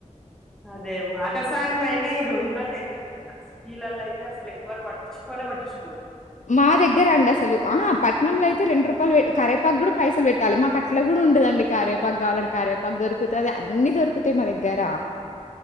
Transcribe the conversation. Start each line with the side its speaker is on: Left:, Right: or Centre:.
Centre: అదే మాట సాయం అయినా ఈ రోజులలో ఎవ్వరు చేస్తా సిటీలాల్ల అయితే అసలు ఎవ్వరు పట్టించుకోనే పట్టించుకోరు
Left: మా దగ్గర అండి అసలు ఆ పట్నంలో అయితే రెండు రూపాయలు కరేపాకు కూడా పైసలు పెట్టాలి మాకు అట్లా కూడ ఉండదండి కారేపాకు కావాలంటే కరేపాకు దొరుకుత అన్ని దొరుకుతాయి మా దగ్గరా